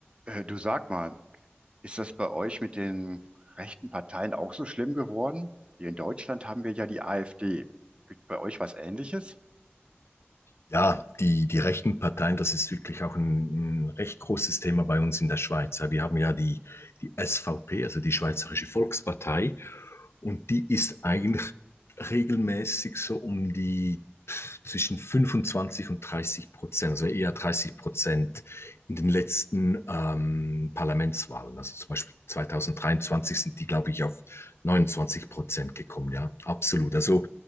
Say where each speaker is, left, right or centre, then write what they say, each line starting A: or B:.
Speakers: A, on the right (about 25°); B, on the left (about 70°).
A: Äh, du sag mal, ist das bei euch mit den rechten Parteien auch so schlimm geworden? Hier in Deutschland haben wir ja die AfD. Gibt bei euch was Ähnliches?
B: Ja, die, die rechten Parteien, das ist wirklich auch ein, ein recht großes Thema bei uns in der Schweiz. Ja, Wir haben ja die, die SVP, also die Schweizerische Volkspartei, und die ist eigentlich regelmäßig so um die pff, zwischen 25 und 30 Prozent, also eher 30 Prozent in den letzten ähm, Parlamentswahlen. Also zum Beispiel 2023 sind die, glaube ich, auf 29 Prozent gekommen. Ja, absolut. Also